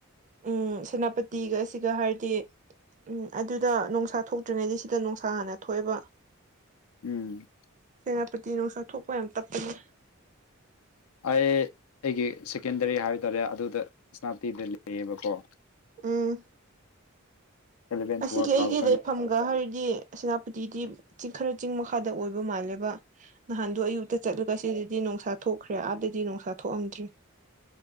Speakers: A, on the right; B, on the left.
A: ꯎꯝ ꯁꯦꯅꯥꯄꯇꯤꯒꯁꯤꯒ ꯍꯥꯏꯔꯗꯤ ꯎꯝ ꯑꯗꯨꯗ ꯅꯨꯡꯁꯥ ꯊꯣꯛꯇ꯭ꯔꯤꯉꯩꯗꯤ ꯁꯤꯗ ꯅꯨꯡꯁꯥ ꯍꯥꯟꯅ ꯊꯣꯛꯑꯦꯕ
B: ꯎꯝ
A: ꯁꯦꯅꯥꯄꯇꯤ ꯅꯨꯡꯁꯥ ꯊꯣꯛꯄ ꯌꯥꯝ ꯇꯞꯄꯅꯤ
B: ꯑꯩ ꯑꯩꯒꯤ ꯁꯦꯀꯦꯟꯗꯔꯤ ꯍꯥꯏ ꯇꯥꯔꯦ ꯑꯗꯨꯗ ꯁꯅꯥꯞꯇꯤꯗ ꯂꯩꯌꯦꯕꯀꯣ
A: ꯎꯝ
B: ꯑꯦꯂꯚꯦꯟ ꯇꯨꯋꯦꯜꯕ
A: ꯑꯁꯤꯒꯤ ꯑꯩꯒꯤ
B: ꯀꯥꯕ ꯀꯥꯟ
A: ꯂꯩꯐꯝ ꯍꯥꯏꯔꯗꯤ ꯁꯦꯅꯥꯄꯇꯤꯗꯤ ꯈꯔ ꯆꯤꯡ ꯃꯈꯥꯗ ꯑꯣꯏꯕ ꯃꯥꯜꯂꯦꯕ ꯅꯍꯥꯟꯗꯣ ꯑꯌꯨꯛꯇ ꯆꯠꯂꯒ ꯁꯤꯗꯗꯤ ꯅꯨꯡꯁꯥ ꯊꯣꯛꯈ꯭ꯔꯦ ꯑꯥꯗꯗꯤ ꯅꯨꯡꯁꯥ ꯊꯣꯛꯑꯝꯗ꯭ꯔ‌ꯦ